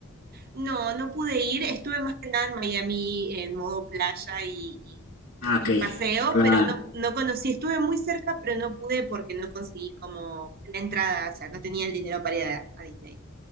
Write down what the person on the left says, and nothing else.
Ah, ok.
Claro.